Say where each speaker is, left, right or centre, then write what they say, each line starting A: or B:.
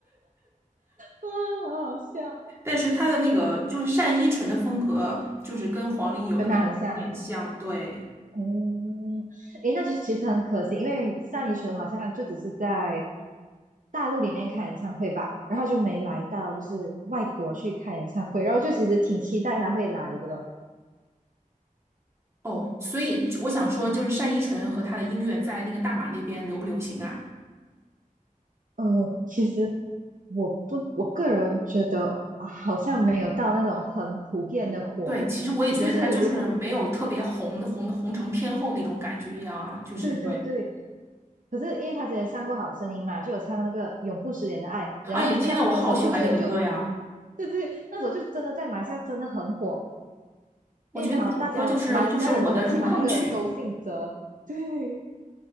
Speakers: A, on the right (about 65°); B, on the right (about 20°).
A: 啊，好好笑，
B: 但是他的那个就是单依纯的风格，
A: 哎，
B: 就是跟黄龄有那么一点点像，
A: 跟他很像。
B: 对。
A: 哦，诶，那就其实很可惜，因为像你说的好像就只是在大陆里面开演唱会吧，然后就没来到就是外国去开演唱会，然后就其实挺期待他会来的。
B: 哦，所以我想说，就是单依纯和他的音乐在那个大马那边流不流行啊？
A: 呃，其实我不，我个人觉得啊，好像没有到那种很普遍的火，
B: 对，其实我也觉得他就是没有特别红红红成天后那种感觉一样啊，
A: 就是如果
B: 就是对。
A: 对对对。可是因为他之前上过《好声音》嘛，就有唱那个《永不失联的爱》，然后可是那那首歌就就，
B: 啊也，天呐，我好喜欢那个歌呀！
A: 对对，那首就真的在马来西亚真的很火，
B: 我觉得那首歌就是就是我的入坑曲。
A: 因为刚好大家马来西亚人都很喜欢那个周信哲，对